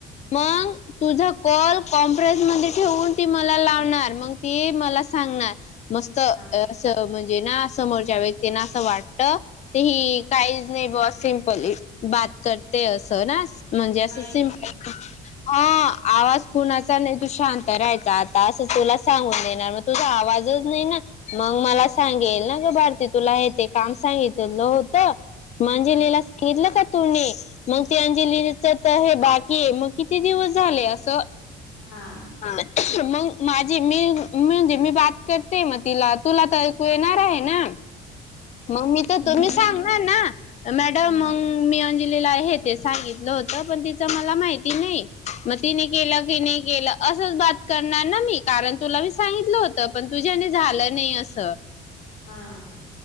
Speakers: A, on the left; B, on the left.
A: मग तुझा कॉल कॉम्फरेन्स मध्ये ठेवून, ती मला लावणार मग ती मला सांगणार मस्त
B: हा
A: अस म्हणजे ना समोरच्या व्यक्तीना असं वाटत ते ही काहीच नाही ब सिमपल बात करते असं ना म्हणजे
B: त्या
A: असं
B: माहितीच
A: सिम्पल
B: नाही ती गोष्ट
A: हा आवाज कुणाचा नाही तू शांत राहायचा, आता असं तुला सांगून देणार मग तुझा आवाजच नाही ना मग मला सांगेल ना ग भारती तुला हे ते काम सांगितलेलं होत, अंजलीला
B: हा
A: सांगितलं का तुने? मग ते अंजलीच
B: हा
A: तर हे बाकी आहे मग किती दिवस झाले असं
B: हा.
A: हा मग माझी मी म्हणजे मी बात करते मग तिला तुला तर ऐकू येणार आहे ना? मग मी तर
B: कशाला
A: तुम्ही सांगणार
B: नाही ऐकून
A: ना
B: घेत
A: मॅडम
B: हम्म
A: मग मी अंजलीला हे ते सांगितलं होत पण, तिचं मला माहिती नाही. मग तिने केलं की नाही केलं असच बात करणार ना मी, कारण तुला मी सांगितलं होत पण तुझ्याचेनी झालं नाही अस.
B: हा.